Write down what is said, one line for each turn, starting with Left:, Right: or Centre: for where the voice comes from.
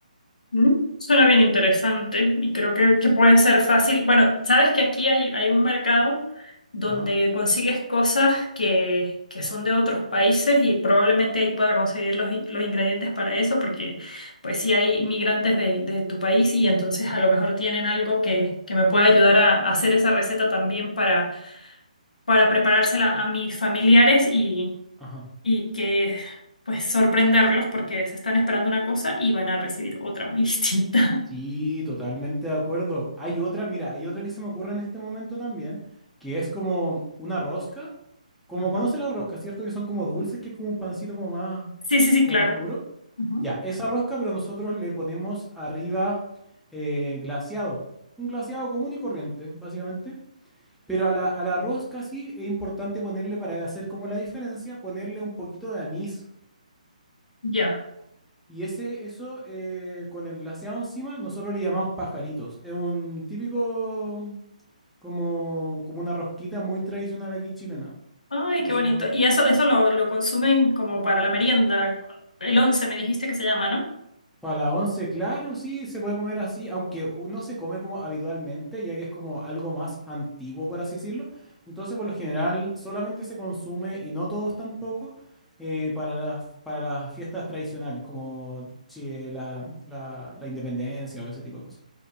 Left: Mm, Suena bien interesante y creo que, que puede ser fácil. Bueno, sabes que aquí hay, hay un mercado donde
Centre: Ajá,
Left: consigues cosas que, que son de otros países y probablemente ahí pueda conseguir los, in- los ingredientes para eso porque pues si hay migrantes de, de tu país y entonces a lo mejor tienen algo que, que me pueda ayudar a, a hacer esa receta también para, para preparársela a mis familiares y,
Centre: ajá.
Left: y que pues sorprenderlos porque se están esperando una cosa y van a recibir otra muy <laughs> distinta.
Centre: Sí, totalmente de acuerdo. Hay otra, mira, hay otra que se me ocurre en este momento también, que es como una rosca. Como
Left: Ajá.
Centre: conocen la rosca, ¿cierto? Que son como dulces, que es como un pancito como más,
Left: Sí, sí, sí,
Centre: como
Left: claro.
Centre: más duro.
Left: Ujú.
Centre: Ya, esa rosca, pero nosotros le ponemos arriba eh, glaseado. Un glaseado común y corriente, básicamente. Pero a la, a la rosca sí es importante ponerle, para hacer como la diferencia, ponerle un poquito de anís.
Left: Ya.
Centre: Y ese, eso, eh, con el glaseado encima, nosotros le llamamos pajaritos. Es un típico, como, como una rosquita muy tradicional aquí chilena.
Left: Ay,
Centre: Así
Left: qué bonito.
Centre: a lo mejor.
Left: Y eso, eso lo, lo consumen como para la merienda. El once me dijiste que se llama, ¿no?
Centre: Para la once, claro, sí, se puede comer así, aunque no se come como habitualmente, ya que es como algo más antiguo, por así decirlo. Entonces, por lo general, solamente se consume, y no todos tampoco, eh, para las, para las fiestas tradicionales, como chi- eh, la, la la independencia o ese tipo de cosas.